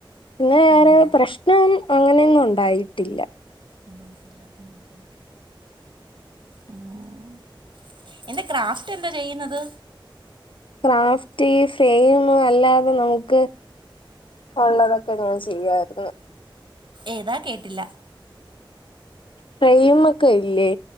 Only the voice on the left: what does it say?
പിന്നെ വേറെ
പ്രശ്നം അങ്ങനെയൊന്നും ഉണ്ടായിട്ടില്ല
ക്രാഫ്റ്റ് ഫ്രെയിം അല്ലാതെ നമുക്ക് ഉള്ളതൊക്കെ ഞാൻ ചെയ്യാരുന്നു
ഫ്രെയിം ഒക്കെ ഇല്ലേ